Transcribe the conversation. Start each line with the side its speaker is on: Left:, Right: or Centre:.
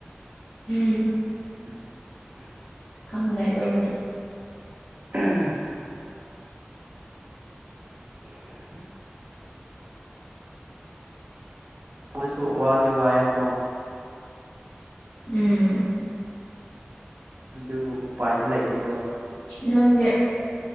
Left: ꯎꯝ
Right: <inaudible>
Left: ꯈꯪꯗ꯭ꯔꯦ ꯑꯗꯨꯕꯨꯗꯤ
Right: ꯎꯝ <inaudible> ꯄꯨꯁꯨ ꯋꯥꯗꯤ ꯋꯥꯏ ꯀ
Left: ꯎꯝ
Right: ꯑꯗꯨ ꯎꯄꯥꯏꯗꯤ ꯂꯩꯇꯦꯗꯣ
Left: ꯅꯪꯦ